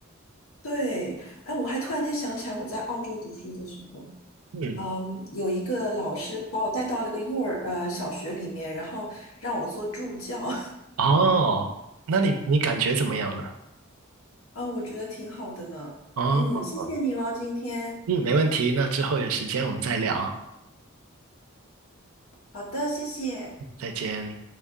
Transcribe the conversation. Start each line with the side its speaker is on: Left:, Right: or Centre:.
Left: 对，哎，我还突然间想起来，我在澳洲读书的时候，
Right: 嗯，
Left: 嗯，有一个老师把我带到了个幼儿呃小学里面，然后让我做助教，
Right: 哦，那你你感觉怎么样呢？
Left: <laughs> 啊，我觉得挺好的呢。
Right: 哦，
Left: 嗯，谢谢你咯，今天。
Right: 嗯，没问题。那之后有时间我们再聊，
Left: 好的，谢谢。
Right: 再见。